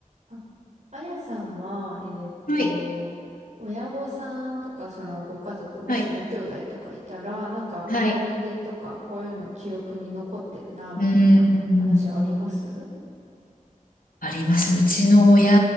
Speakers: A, on the right; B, on the left.
A: あ、あやさんは、えーっと、
B: はい、
A: 親御さんとか、そのご家族、もしご兄弟とかいたら、
B: はい、
A: なんか思い出とか、
B: はい。
A: こういうの記憶に残ってるな、みたいな話あります
B: うーん、あります。うちの親